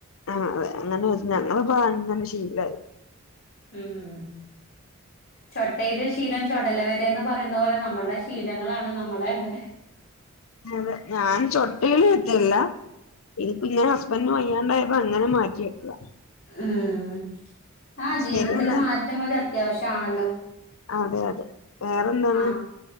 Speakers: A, on the left (about 70°); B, on the left (about 55°).
A: ആഹ് അതെ അങ്ങനെ വെച്ച് ഞങ്ങളും ഇപ്പയങ്ങനെ ശീലായി.
B: ഉം ചൊട്ടയിലെ ശീലം ചൊടല വെരെന്ന് പറയുന്നത് പോലെ നമ്മളെ ശീലങ്ങളാണ് നമ്മളെ -
A: അതെ ഞാൻ ചൊട്ടയിലും എത്തിയില്ല. ഇനി പിന്നെ ഹസ്ബൻ്റിന് വയ്യാണ്ടായപ്പോ അങ്ങനെ മാറ്റിവെച്ചെതാ.
B: <unintelligible> ആ ജീവിതത്തില്
A: ശരി എന്നാൽ
B: മാറ്റം ഒരു അത്യാവശ്യണല്ലോ.
A: അതെ അതെ. വേറെന്താണ്
B: ആഹ്,